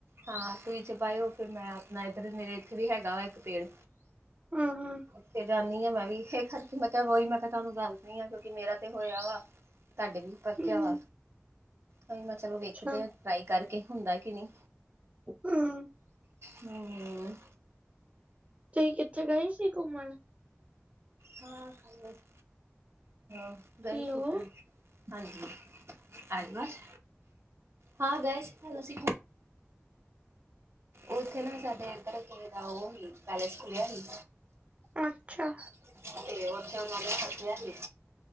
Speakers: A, on the right; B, on the right.
A: ਹਾਂ ਤੁਸੀਂ ਚਬਾਏ ਓ ਫੇਰ ਮੈਂ ਆਪਣਾ ਏਧਰ ਮੇਰੇ ਏਥੇ ਵੀ ਹੈਗਾ ਵਾ ਏਕ ਪੇੜ
B: ਹਾਂ-ਹਾਂ।
A: ਓਥੇ ਜਾਂਨੀ ਆ ਮੈਂ ਵੀ ਏਹ ਕਰਕੇ ਮੈਂ ਕੈਆ ਵੋਹੀ ਮੈਂ ਕੈਆ ਤੁਆਨੂੰ ਦੱਸਦੀ ਆ ਕਿਉਂਕਿ ਮੇਰਾ ਤੇ ਹੋਯਾ ਵਾ ਤਾਡੇ ਵੀ ਪੱਕਿਆ
B: ਹਮ
A: ਵਾ, ਓਹ ਮੈਂ ਚਲੋ ਵੇਖਦੇ
B: ਅੱਛਾ
A: ਆ ਟਰਾਈ ਕਰਕੇ ਹੁੰਦਾ ਕਿ ਨੀ
B: ਹੂੰ।
A: ਹੂੰ।
B: ਤੁਸੀਂ ਕਿੱਥੇ ਗਏ ਸੀ ਕੁੰਮਣ?
A: ਹਾਂ ਕੱਲ ਬਸ, ਅ ਗਏ
B: ਹੈਲੋ
A: ਸੀ ਕੱਲ ਹਾਂਜੀ, ਹਾਂਜੀ ਬਸ, ਹਾਂ ਗਏ ਸੀ ਕੱਲ ਅਸੀ ਓਥੇ ਨਾ ਸਾਡੇ ਏਧਰ ਕਹੀ ਦਾ ਓ ਹੀ ਪੈਲੇਸ ਖੁੱਲਿਆ ਸੀ
B: ਅੱਛਾ।
A: ਤੇ ਓਥੇ ਓਨਾਂ ਨੇ ਸੱਦਿਆ ਸੀ,